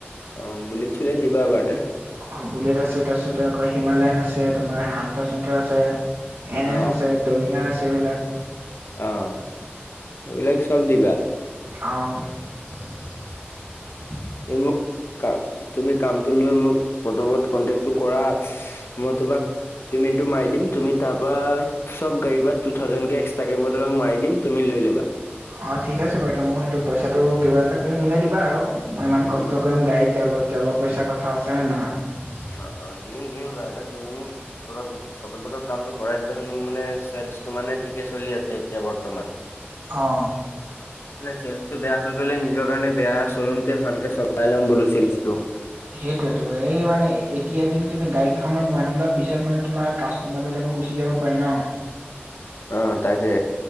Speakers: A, on the left; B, on the right.
A: অঁ, বুলেত-চুলেত দিবা এবাৰতে।
B: অঁ বুলেত আছে, তাৰপিছতে আকৌ হিমালয়ান আছে, তোমাৰ শান্তাৰ-চান্তৰ আছে। এন
A: অ
B: এছ আছে, ডমিনাৰ আছে। এইবিলাক-
A: অঁ, এইবিলাক চব দিবা।
B: অঁ।
A: এই মোক কা তুমি কামটো লোৱা, মোক প্ৰথমত কন্টেকটো কৰা। মই তোমাক পেমেণ্টটো মাৰি দিম। তুমি তাৰপৰা, চব্‌ গাড়ীৰ পৰা টু থাওজেনকে তাকে, মই তোমাক মাৰি দিম। তুমি লৈ ল'বা।
B: অঁ ঠিক আছে বাৰু। এইটো, মোৰ সেইটো পইচাটো কিবা এটা তুমি মিলাই দিবা আৰু। মই ইমান
A: উম
B: কষ্ট কৰিম গাড়ীত তেলৰ, তেলৰ পইচাৰ কথা আছে, হয় নহয়?
A: চা, অ- দিম, দিম ৰাই দা। তুমি মোক অলপ পতক-পটক কামটো কৰাই দিবাচোন। মোৰ মানে, চেলচটো মানে ঠিকেই চলি আছে এতিয়া বৰ্তমান।
B: অঁ
A: নে চেলছটো বেয়া হৈ গ'লে নিজৰ কাৰণে বেয়া। শ্ব ৰুমতে ভালকে চোৱাই ল'ম বোলো চেলছটো।
B: সেইতোয়েইটো, এই মানে এতিয়াই যদি তুমি গাড়ী কেইখনমান ভৰাই নোলোৱা পিছত মানে তোমাৰ কাষ্টমাৰ বিলাকো গুচি যাব পাৰে ন?
A: অঁ, তাকে।